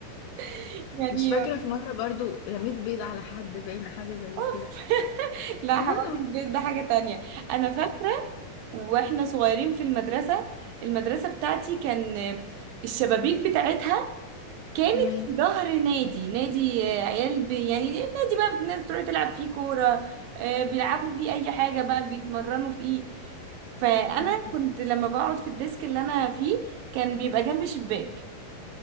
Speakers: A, on the right; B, on the left.
A: <laughs> يعني
B: مش فاكرة في مرة برضو رميت بيض على حد باين حاجة زي
A: أوف
B: كده
A: <laughs> لا
B: والله
A: حوار
B: العظيم
A: البيت ده حاجة تانية أنا فاكرة وإحنا صغيرين في المدرسة المدرسة بتاعتي كان الشبابيك بتاعتها كانت
B: تمام
A: في ظهر نادي نادي آه، عيال ب... يعني نادي بقى الناس تروح تلعب فيه كورة آه، بيلعبوا فيه أي حاجة بقى بيتمرنوا فيه فأنا
B: تمام
A: كنت لما بقعد في الديسك اللي أنا فيه كان بيبقى جنب شباك